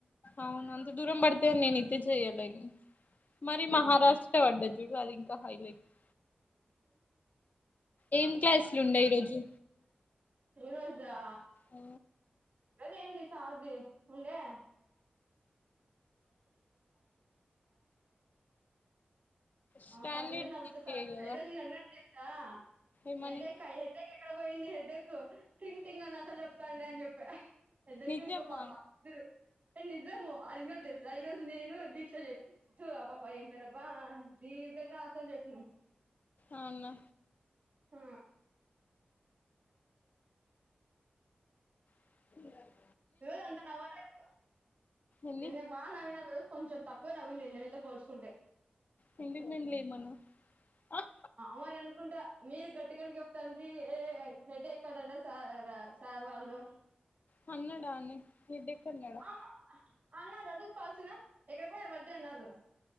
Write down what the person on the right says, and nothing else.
ఇరోజా
రోజ ఏంది సార్థి ఉండే
ఆ సార్దం నవ
విజ చ సార్జ న <unintelligible>
ఆ
హెడ్డకా హడ్డేకే ఎక్కడ పోయింది హెడ్డక్కు థింగ్ థింగ్ అని అసలు చెప్తాండడి అని చెప్పా ఎడ్డకు
ఇంకో పాప ఇద్దరు ఎ నిజము అడిగినారు తెలుసా ఈ రోజు నేను దీక్ష చెప్ చూ ఆ పాప ఏం పేరో వా దీర్ఘంగా అసలు జేస్తుంది
ఆ
ఇరోజు అంతా నవ లేదు
నిన్న బా నవీనామ్ ఇరోజు కొంచెం తక్కువ నవీనంది నినతో పోల్చుకుంటే
ఆ మరి అనుకుంటా మీరు గట్టి గడికి చెప్తండ్రి ఏ హెడ్ క్కడడా స సార్ వాళ్ళు
ఆమా అన్నాడు అదు కాల్సిన ఎక్కడికి పోయ వలిద్దరు అన్నారు